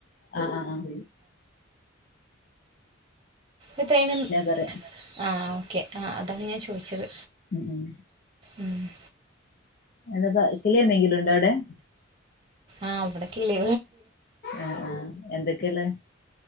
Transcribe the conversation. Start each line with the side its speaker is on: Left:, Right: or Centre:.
Left: ആഹ ആഹ ആഹ
Right: ഇത്തേനും
Left: പറയാം
Right: ആ ഓക്കെ ആ അതാണ് ഞാൻ ചോദിച്ചത്
Left: ഉം ഉം
Right: ഉം <inaudible>
Left: എന്താപ്പ കില എന്തെങ്കിലും ഉണ്ടോ അവിടെ <unintelligible>
Right: ആഹ് അവിടെ കിളികളു
Left: ആ ആ എന്തൊക്കെയല്ലേ